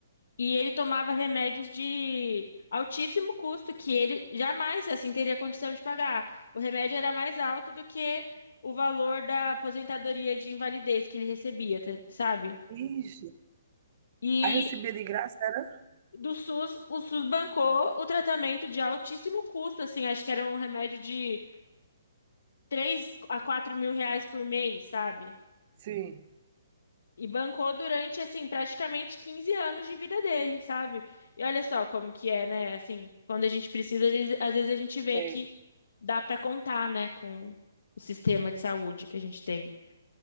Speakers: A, on the left (about 75°); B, on the right (about 30°).
A: E ele tomava remédios de altíssimo custo, que ele jamais, assim, teria condição de pagar. O remédio era mais alto do que o valor da aposentadoria de invalidez que ele recebia, tá- sabe?
B: Ixi.
A: E
B: Aí recebia de graça, era?
A: do SUS, o SUS bancou o tratamento de altíssimo custo, assim, acho que era um remédio de 3 a 4 mil reais por mês, sabe?
B: Sim,
A: E bancou durante, assim, praticamente 15 anos de vida dele, sabe? E olha só como que é, né? Assim, quando a gente precisa, às vezes às vezes a gente vê
B: é,
A: que dá pra contar, né, com o sistema de saúde que a gente tem.